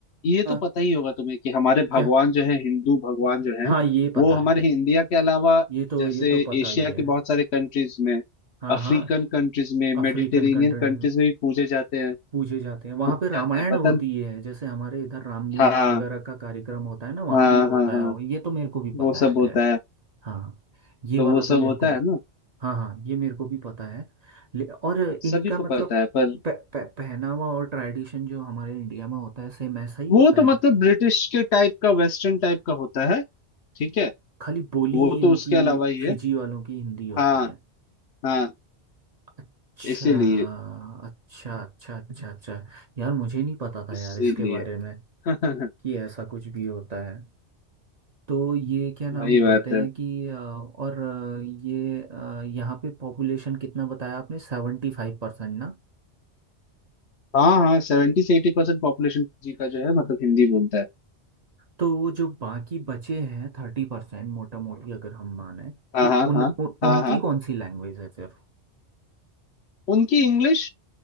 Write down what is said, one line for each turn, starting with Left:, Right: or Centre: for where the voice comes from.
Left: ये
Right: हाँ
Left: तो पता ही होगा तुम्हें कि हमारे भगवान
Right: क्या
Left: जो है हिंदू भगवान जो है
Right: हाँ ये पता
Left: वो हमारे
Right: है
Left: इंडिया के अलावा
Right: ये तो
Left: जैसे
Right: ये तो पता
Left: एशिया
Right: ही है
Left: के बहुत सारे कंट्रीज में
Right: हाँ
Left: अफ्रीकन
Right: हाँ
Left: कंट्रीज में
Right: African
Left: मेडिटेरेनियन
Right: country
Left: कंट्रीज में भी पूजे जाते हैं
Right: पूजे जाते
Left: पूजे
Right: हैं वहां पे रामायण
Left: जाते हैं पता
Right: होती है जैसे हमारे इधर रामलीला
Left: हाँ
Right: वगैरह का कार्यक्रम होता है ना वहां
Left: हाँ
Right: भी ये होता
Left: हाँ हाँ
Right: है ये तो मेरे को भी
Left: वो
Right: पता
Left: सब
Right: है
Left: होता
Right: खैर
Left: है
Right: हाँ ये
Left: तो
Right: वाला
Left: वो
Right: तो
Left: सब
Right: मेरे
Left: होता
Right: को
Left: है ना
Right: हाँ हाँ ये मेरे को भी पता है ले, और इनका
Left: सभी को
Right: मतलब
Left: पता है पर
Right: प- प- पहनावा और ट्रेडिशन जो हमारे इंडिया में होता है सेम ऐसा ही
Left: वो
Right: होता
Left: तो मतलब
Right: है
Left: ब्रिटिश के टाइप का वेस्टर्न टाइप का होता है ठीक है
Right: खाली बोली
Left: वो
Right: इनकी
Left: तो उसके अलावा ही है
Right: फिजी वालों की हिंदी होती
Left: हाँ
Right: है
Left: हाँ
Right: अच्छा
Left: इसीलिए
Right: अच्छा अच्छा अच्छा अच्छा यार मुझे नहीं पता था
Left: इसीलिए
Right: यार इसके बारे
Left: <laughs>
Right: में
Left: हाँ
Right: कि ऐसा कुछ भी होता है तो ये क्या नाम
Left: वही
Right: बोलते
Left: बात है
Right: हैं कि अ, और अ, ये अ, यहाँ पे पॉपुलेशन कितना बताया आपने सेवेंटी फाइव परसेंट ना
Left: हाँ हाँ सेवेंटी से एटी परसेंट पॉपुलेशन जी का जो है मतलब हिंदी बोलता है
Right: तो वो जो बाकी बचे हैं थर्टी परसेंट मोटा मोटी अगर हम माने
Left: हाँ
Right: तो
Left: हाँ
Right: उन,
Left: हाँ
Right: उन
Left: हाँ
Right: उनकी
Left: हाँ
Right: कौन सी लैंग्वेज है फिर
Left: उनकी इंग्लिश